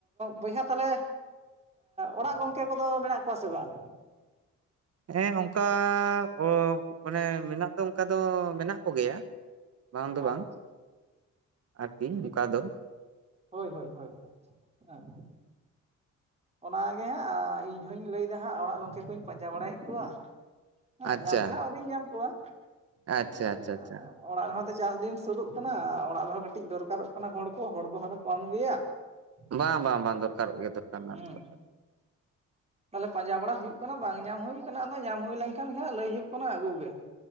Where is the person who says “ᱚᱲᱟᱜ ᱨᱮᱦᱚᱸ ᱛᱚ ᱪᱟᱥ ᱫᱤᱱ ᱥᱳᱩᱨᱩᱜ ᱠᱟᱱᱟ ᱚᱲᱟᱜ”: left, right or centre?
Right